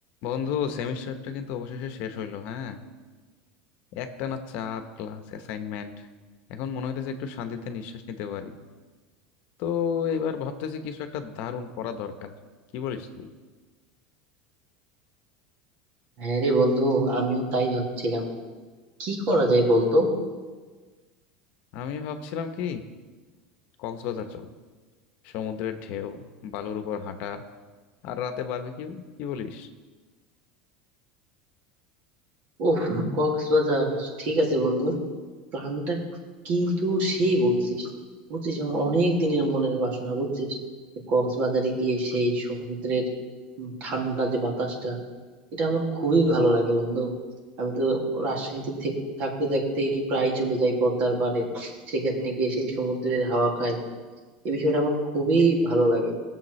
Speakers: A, on the left; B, on the right.
A: বন্ধু সেমিস্টারটা কিন্তু অবশেষে শেষ হইলো হ্যাঁ একটানা চাপ ক্লাস অ্যাসাইনমেন্ট এখন মনে হইতেছে একটু শান্তিতে নিঃশ্বাস নিতে পারি তো এবার ভাবতেছি কিছু একটা দারুণ করা দরকার কি বলিস তুই
B: হ্যাঁ রে বন্ধু আমিও তাই ভাবছিলাম কি করা যায় বলতো
A: আমি ভাবছিলাম কি কক্সবাজার চল সমুদ্রের ঢেউ বালুর উপর হাঁটা আর রাতে বারবিকিউ কি বলিস
B: ওহ কক্সবাজার ঠিক আছে বন্ধু প্ল্যানটা কিন্তু সেই বলছিস বুঝছিস আমার অনেক দিনের মনের বাসনা বুঝছিস কক্সবাজারে গিয়ে সেই সমুদ্রের উম, ঠান্ডা যে বাতাসটা এটা আমার খুবই ভালো লাগে বন্ধু আমি তো রাজশাহীতে থেক- থাকতে থাকতেই প্রায় চলে যাই পদ্মার পাড়ে সেখানে গিয়ে সেই সমুদ্রের হাওয়া খাই এই বিষয়টা আমার খুবই ভালো লাগে